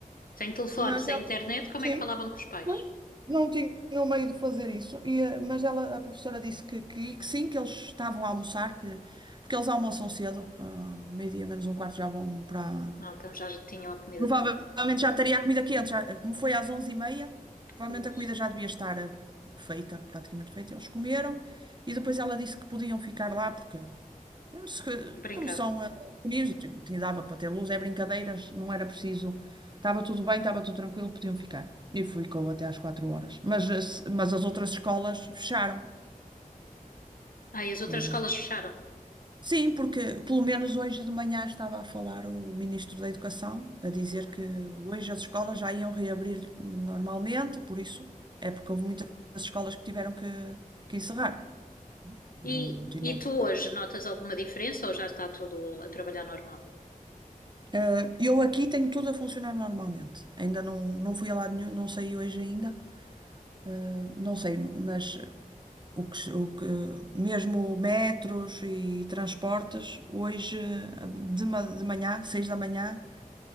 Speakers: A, on the left (about 75°); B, on the right (about 30°).
A: Sem telefone,
B: mas
A: sem
B: ela,
A: internet, como
B: sim.
A: é que falavam com os pais?
B: Pois, Não tinha meio de fazer isso, e, eh, mas ela, a professora disse que, que, que sim, que eles estavam a almoçar, que, porque eles almoçam cedo, ah, meio-dia menos um quarto já vão para.
A: Ah, então já tinham a comida
B: Provavelmente
A: feita.
B: já estaria a comida quente, já, como foi às onze e meia provavelmente
A: Pois.
B: a comida já devia estar eh, feita, praticamente feita. Eles comeram e depois ela disse que podiam ficar lá, porque como, se,
A: Brincavam.
B: como são eh, pequeninos, e e dava para ter luz, é brincadeiras, não era preciso. Estava tudo bem, estava tudo tranquilo, podiam ficar. E ficou até às quatro horas. Mas, eh, se- mas as outras escolas fecharam.
A: Ah, e as outras
B: Eh,
A: escolas fecharam.
B: Sim, porque pelo menos hoje de manhã estava a falar o Ministro da Educação, a dizer
A: Uhum.
B: que hoje as escolas já iam reabrir normalmente, por isso é porque houve muitas escolas que tiveram que, que encerrar. Não,
A: E,
B: não tinham
A: e tu hoje notas alguma diferença ou já está tudo a trabalhar normal?
B: Ah, eu aqui tenho tudo a funcionar normalmente. Ainda não, não fui a lado nenhum, não sei hoje ainda. Ah, não sei, mas ah, o que, se- o que- mesmo metros e transportes, hoje ah, de, ma- de manhã, seis da manhã,